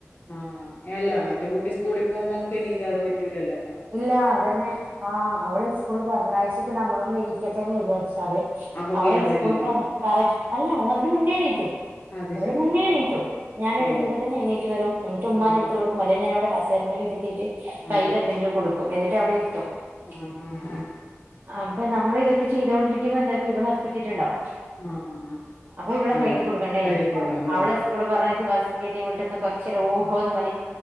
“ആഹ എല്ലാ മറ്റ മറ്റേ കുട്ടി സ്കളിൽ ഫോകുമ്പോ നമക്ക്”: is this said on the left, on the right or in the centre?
Left